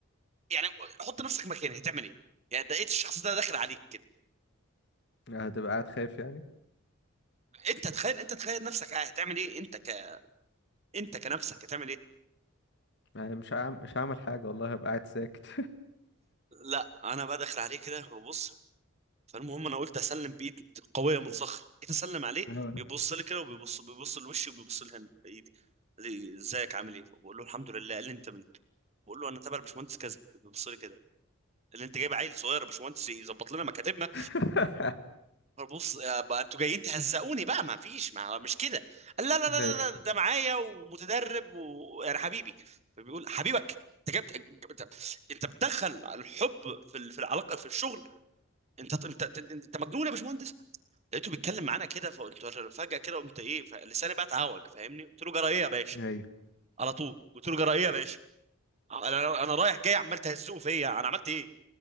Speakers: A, on the right; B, on the left.
A: يعني حط نفسك مكانه هتعمل ايه يعني ده لقيت الشخص ده داخل عليك كده
B: هتبقى قاعد خايف يعني
A: انت تخيل انت تخيل نفسك اه هتعمل ايه انت ك انت كنفسك هتعمل ايه
B: يعني مش هعمل مش هعمل حاجة والله هبقى قاعد ساكت
A: لا انا بقى داخل عليه كده ببص فالمهم انا قلت اسلم بايد قويه من صخر جيت اسلم عليه
B: اه
A: بيبص لي كده وبيبص بيبص لوشي وبيبص لهن ايدي قال لي ازيك عامل ايه بقول له الحمد لله قال لي انت مين بقول له انا تبع الباشمهندس كذا بيبص لي كده اللي انت جايب عيل صغير يا باشمهندس يظبط لنا مكاتبنا
B: <laughs>
A: بص بقى انتوا جايين تهزقوني بقى ما فيش ما مش كده قال لا لا لا
B: ايوه
A: لا ده معايا ومتدرب ويعني حبيبي فبيقول حبيبك انت جبت جبت- انت بتدخل الحب في ال- في العلاقه في الشغل انت انت انت, انت مجنون يا باشمهندس لقيته بيتكلم معانا كده فقلت له- فجأة كده قمت ايه فلساني بقى اتعوج فاهمني قلت له جرى ايه يا باشا
B: ايوه
A: على طول قلت له جرى ايه يا باشا انا انا رايح جاي عمال تهزقه فيا انا عملت ايه